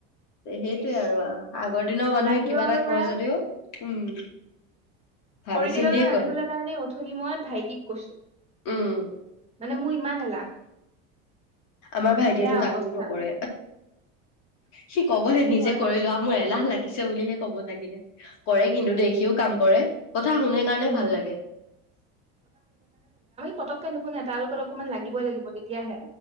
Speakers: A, on the left (about 55°); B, on the right (about 20°).
A: সেইটোৱে
B: ইচ
A: আৰু আগৰ দিনৰ মানুহে
B: বাহিৰৰ
A: কিবা এটা
B: পৰা
A: কয় যদিও উম ভাবি
B: খৰি কেইডালমান
A: চিন্তিয়ে
B: আনিবলৈ
A: কয়
B: কাৰণে অথনি মই ভাইটিক কৈছো
A: উম
B: মানে মোৰ ইমান এলাহ
A: আমাৰ ভাইটিয়েতটো
B: এয়া
A: তাকো
B: অৱস্থা
A: নকৰে সি কবহে নিজে
B: হয়
A: কৰি
B: দে
A: লোৱা মোৰ এলাহ লাগে লাগিছে বুলিহে ক'ব লাগিলে কৰে কিন্তু দেখিও কাম কৰে কথা শুনে কাৰণে
B: উম
A: ভাল লাগে
B: পতকৈ নুশুনে তাৰ লগত অকমান লাগিবই লাগিব তেতিয়াহে